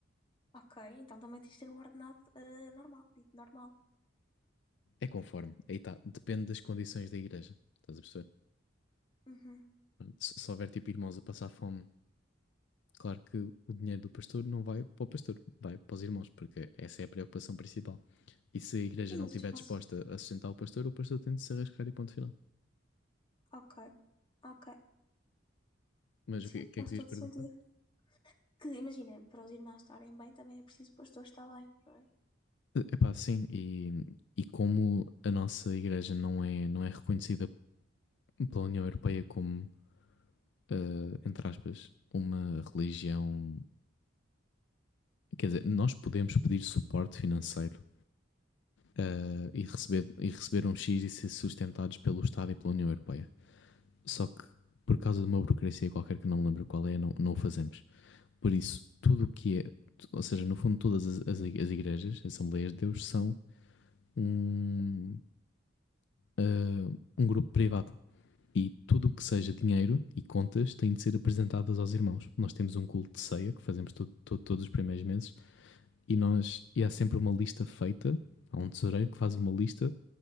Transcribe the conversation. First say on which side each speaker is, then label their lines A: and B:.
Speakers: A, on the left; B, on the left.
A: Ok, então também tens de ter um ordenado eh, normal, dito normal.
B: É conforme, aí está, depende das condições da igreja, estás a perceber?
A: Uhum.
B: Pronto, Se se houver tipo irmãos a passar fome, claro que o dinheiro do pastor não vai para o pastor, vai para os irmãos, porque essa é a preocupação principal. E se a igreja
A: E mas
B: não estiver
A: vocês-
B: disposta a sustentar o pastor, o pastor tem de se arriscar e ponto final.
A: Ok, ok.
B: Mas
A: Sim,
B: o que, o que
A: faz
B: é que tu
A: todo
B: ias perguntar?
A: sentido. Que imagina, para os irmãos estarem bem, também é preciso o pastor estar bem, não é?
B: Eh, Epá, sim, e, e como a nossa igreja não é, não é reconhecida pela União Europeia como, eh, entre aspas, uma religião. Quer dizer, nós podemos pedir suporte financeiro, eh, e receber, e receber um X e ser sustentados pelo Estado e pela União Europeia. Só que por causa de uma burocracia qualquer que não me lembro qual é, não, não o fazemos. Por isso, tudo o que é, ou seja, no fundo, todas as, as ig- as igrejas, Assembleias de Deus, são um, ah, um grupo privado. E tudo o que seja dinheiro e contas tem de ser apresentadas aos irmãos. Nós temos um culto de ceia que fazemos todo- todo- todos os primeiros meses e, nós, e há sempre uma lista feita. Há um tesoureiro que faz uma lista